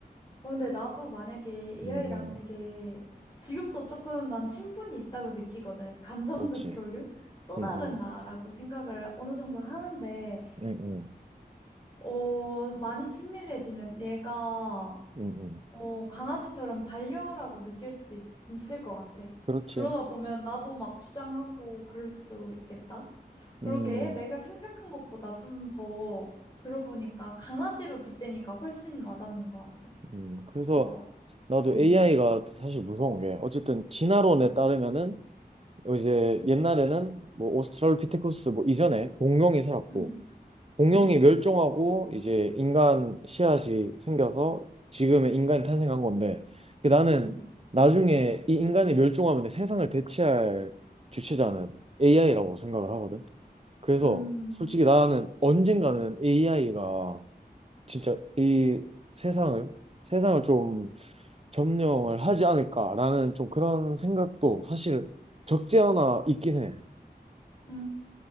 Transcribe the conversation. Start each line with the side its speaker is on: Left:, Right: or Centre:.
Left: 어, 근데 나도 만약에 AI랑
Right: 음.
Left: 되게 지금도 조금 난 친분이 있다고 느끼거든. 감정적
Right: 그렇지.
Left: 교류? 또 다른
Right: 음, 음.
Left: 나라고 생각을 어느 정도 하는데,
Right: 음, 음.
Left: 어, 많이 친밀해지면 얘가,
Right: 음, 음.
Left: 어, 강아지처럼 반려라고 느낄 수도 있, 을것 같아.
Right: 그렇지.
Left: 그러다 보면 나도 막 주장하고 그럴 수도 있겠다. 그러게
Right: 음,
Left: 내가 생각한 것보다 좀 더 들어보니까 강아지로 빗대니까 훨씬 와닿는 것 같아.
Right: 음. 그래서
Left: 뭔가,
Right: 나도
Left: 음.
Right: AI가 사실 무서운 게, 어쨌든 진화론에
Left: 음.
Right: 따르면은, 이제 옛날에는 뭐 오스트랄로피테쿠스 뭐 이전에 공룡이 살았고
Left: 음.
Right: 공룡이
Left: 응,
Right: 멸종하고 이제 인간 씨앗이 생겨서 지금의 인간이 탄생한 건데 그 나는
Left: 응.
Right: 나중에 이 인간이 멸종하면 세상을 대체할 주체자는 AI라고 생각을 하거든. 그래서
Left: 음,
Right: 솔직히 나는 언젠가는 AI가 진짜 이 세상을 세상을 좀 점령을 하지 않을까라는 좀 그런 생각도 사실 적지 않아 있긴 해.
Left: 음.